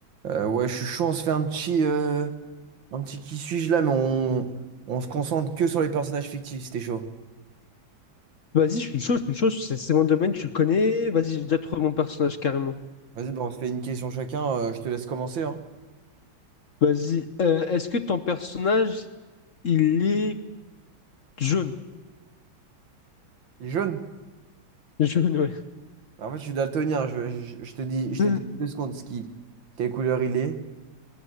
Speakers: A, on the right; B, on the left.
A: Euh, ouais, je suis chaud, on se fait un petit, euh, un petit qui suis-je là, mais on, on se concentre que sur les personnages fictifs, c'était chaud.
B: Vas-y, je suis chaud, je suis chaud, c'est c'est mon domaine, tu le connais. Vas-y, j'ai déjà trouvé mon personnage carrément.
A: Vas-y, bah, on se fait une question chacun, euh, je te laisse commencer, hein.
B: Vas-y, euh, est-ce que ton personnage, il est jaune?
A: Il est jaune.
B: Jaune, ouais.
A: Bah, en fait, je suis daltonien, je, je, je te dis, je
B: <laughs>
A: te dis deux secondes ce qui, quelle couleur il est.